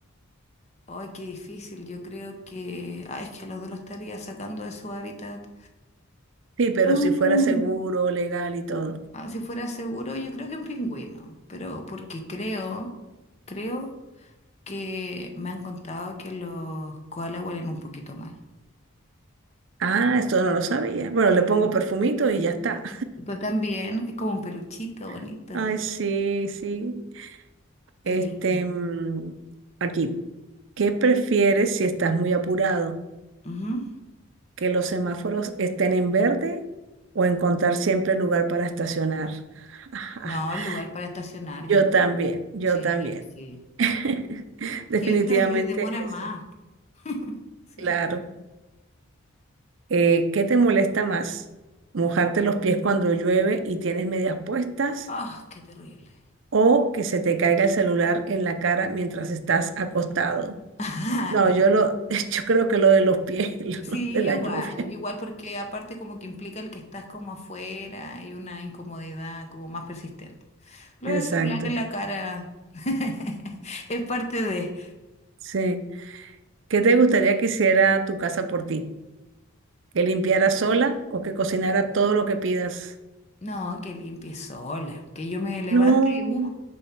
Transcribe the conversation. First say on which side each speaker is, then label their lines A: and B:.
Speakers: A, on the left; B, on the right.
A: ay, qué difícil. Yo creo que, ay, es que a los dos los estaría sacando de su hábitat.
B: Sí, pero
A: Mm.
B: si fuera seguro, legal y todo.
A: Ah, si fuera seguro, yo creo que un pingüino, pero porque creo, creo que me han contado que los koalas huelen un poquito mal.
B: Ah, esto no lo sabía. Bueno, le pongo
A: Sí.
B: perfumito y ya está.
A: Pero también es como un peluchito bonito.
B: <laughs> Ay, sí, sí.
A: Qué
B: Este,
A: lindo.
B: mm, aquí. ¿Qué prefieres si estás muy apurado?
A: Ujú.
B: ¿Que los semáforos estén en verde o encontrar siempre lugar para estacionar? <laughs>
A: No, el lugar para estacionar, yo
B: Yo
A: creo.
B: también, yo
A: Sí,
B: también.
A: sí.
B: <laughs> Definitivamente
A: Sí, creo que demora más.
B: eso.
A: <laughs> Sí.
B: Claro. Eh, ¿qué te molesta más? ¿Mojarte los pies cuando llueve y tienes medias puestas?
A: Ah, qué terrible.
B: ¿O que se te caiga el celular en la cara mientras estás acostado?
A: <laughs>
B: No, yo lo, <laughs> yo creo que lo de los pies, <laughs>
A: Sí,
B: lo de la
A: igual,
B: lluvia.
A: igual porque aparte como que implica el que estás como afuera y una incomodidad como más persistente. Lo
B: Exacto.
A: del celular en la cara <laughs> es parte de...
B: Sí. ¿Qué te gustaría que hiciera tu casa por ti? ¿Que limpiara sola o que cocinara todo lo que pidas?
A: No, que limpie sola, que yo me levante
B: No,
A: y uh,